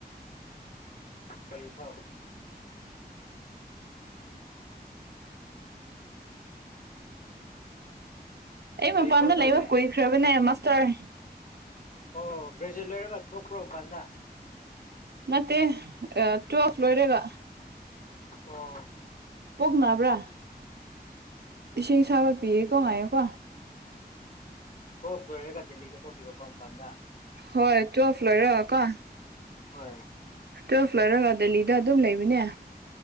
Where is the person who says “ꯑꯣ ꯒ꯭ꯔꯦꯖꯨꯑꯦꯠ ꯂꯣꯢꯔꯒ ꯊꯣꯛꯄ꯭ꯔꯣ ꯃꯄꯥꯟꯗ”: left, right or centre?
Left